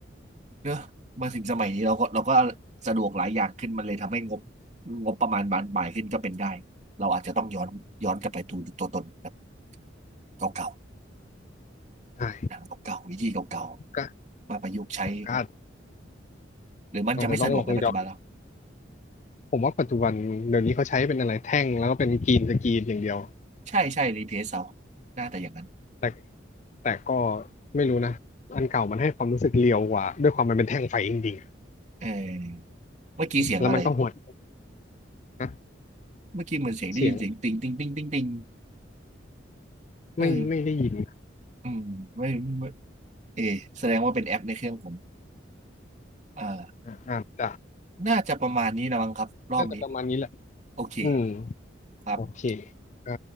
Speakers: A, on the right; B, on the left.
A: เนอะมาถึงสมัยนี้เราก็เราก็สะดวกหลายอย่างขึ้นมันเลยทำให้งบงบประมาณบานปลายขึ้นก็เป็นได้เราอาจจะต้องย้อนย้อนกลับไปดูตัวตนแบบเก่า
B: ใช่
A: ๆหนังเก่าๆวิธีเก่าๆมาประยุกต์ใช้
B: ก็ก็
A: หรือมันจะไม่สะดวกในปัจจุบันแล้ว
B: อาจจะต้องลองย้อนผมว่าปัจจุบันเดี๋ยวนี้เขาใช้เป็นอะไรแท่งแล้วก็เป็นกรีนสกรีนอย่างเดียว
A: ใช่ใช่รีเพซเอาน่าแต่อย่างนั้น
B: แต่แต่ก็ไม่รู้นะอันเก่ามันให้ความรู้สึกเรียวกว่าด้วยความมันเป็นแท่งไฟจริงๆ
A: เออเมื่อกี้เสียงอะไร
B: แล้วมันก็หวดนะ
A: เมื่อกี้เหมือนเสียงได้ยินเสียงติงติงติงติงติง
B: เสียง
A: เออ
B: ไม่ไม่ได้ยิน
A: อืมไม่ไม่เออแสดงว่าเป็นแอปในเครื่องผมเอ่อ
B: อ่อาจจะ
A: น่าจะประมาณนี้นะมั้งครับรอบนี้
B: น่าจะประมาณนี้แหละ
A: โอเค
B: อืม
A: ครับ
B: โอเคก็